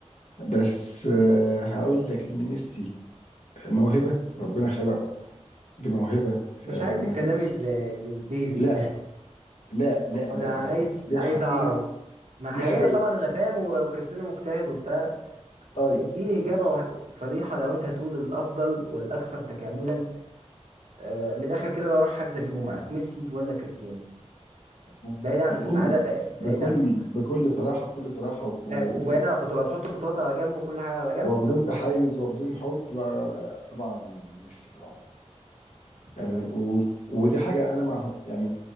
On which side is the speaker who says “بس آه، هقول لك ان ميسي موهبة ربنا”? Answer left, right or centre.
Left